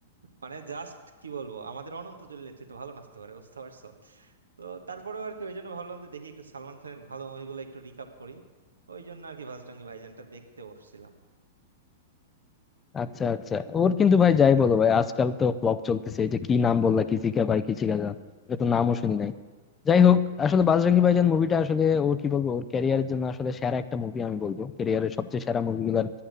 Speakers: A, on the right (about 70°); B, on the left (about 20°).
A: মানে জাস্ট কি বলবো আমাদের অনন্ত জলিলের চেয়ে তো ভালো নাচতে পারে বুঝতে পারছো তো তারপরেও আর কি ওই জন্য ভাবলাম যে দেখি একটু সালমান খানের ভালো মুভিগুলো একটু রিকাপ করি ওই জন্য আর কি ভাজরাঙ্গি ভাইজানটা দেখতে বসছিলাম
B: আচ্ছা আচ্ছা ওর কিন্তু ভাই যাই বলো ভাই আজকাল তো ফ্লপ চলতেছে এই যে কি নাম বললা কিসিকা ভাই কিসিকা যা এটা তো নামও শুনি নাই যাই হোক আসলে বাজরঙ্গি ভাইজান মুভিটা আসলে ও কি বলবো ওর ক্যারিয়ারের জন্য আসলে সেরা একটা মুভি আমি বলবো ক্যারিয়ারের সবচেয়ে সেরা মুভিগুলোর